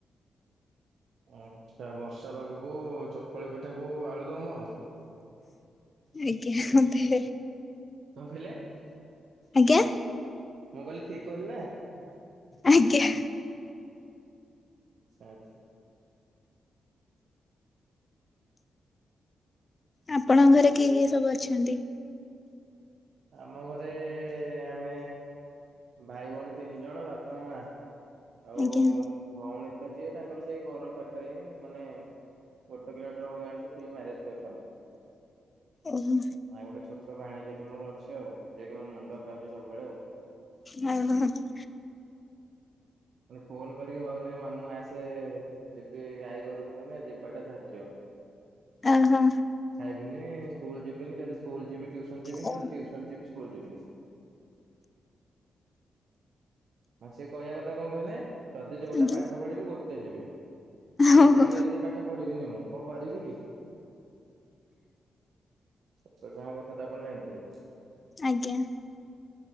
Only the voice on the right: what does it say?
ଉ ବର୍ଷା ପାଗକୁ ଚକୁଳି ପିଠାକୁ ଆଳୁଦମ ଆଉ।
କଣ କହିଲେ?
ମୁଁ କହିଲି ଠିକ କହିଲି ନା?
ଆଚ୍ଛା ଆଚ୍ଛା।
ଆମ ଘରେ ଆମେ ଭାଇ ଭଉଣୀ ତିନିଜଣ ବାପା ମା। ଆଉ
ଭଉଣୀତ ଯିଏ ତାଙ୍କର ସେଇ ଘର ପାଖରେହିଁ ମାନେ ଗୋଟେ କିଲୋମିଟର ହବ ଗାଁଠୁ ସେ ମ୍ୟାରେଜ କରିଛନ୍ତି।
ଆଉ ଗୋଟେ ଛୋଟ ଭାଣେଜିଟେ ମୋର ଅଛି ଆଉ ଯିଏକି ମୋ ମୁଣ୍ଡ ଖାଉଚି ସବୁବେଳେ ଆଉ
ମାନେ ଫୋନ କରିକି ହଉନାଇଁ ମାମୁଁ ଆସେ ଯିବି ଆଇ ଘରକୁ ମାନେ ଯିବାଟା ଧାର୍ଯ୍ୟ। <inaudible>
ଖାଇବିନି ସ୍କୁଲ ଯିବିନି ଯଦି ସ୍କୁଲ ଯିବି ଟିଉସନ ଯିବିନି
ଯଦି ଟିଉସନ ଯିବି ସ୍କୁଲ ଯିବିନି। ହଁ ସେ କହିବା କଥା କଣ କହିଲେ ଯଦି ଯୋଉଟା
ପାଠ ପଢିବି ଗୋଟେ ଯିବି
ଦିଟାଙ୍କ ଏତେ ଏତେ ପାଠ ପଢିବିନି ମୁଁ କଣ କରିବି କି? ଛୋଟ ଛୁଆଙ୍କ କଥାତ ଆପଣ ଜାଣିଥିବେ।